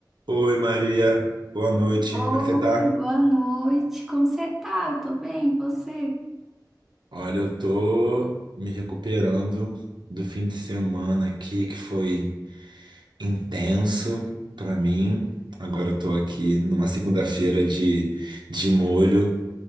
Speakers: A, on the right (about 80°); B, in the centre.
A: Oi Maria, boa noite.
B: Oi,
A: Como é que você tá?
B: boa noite. Como você tá? Eu tô bem, e você?
A: Olha, eu tô me recuperando do fim de semana aqui que foi intenso pra mim. Agora eu tô aqui numa segunda-feira de, de molho,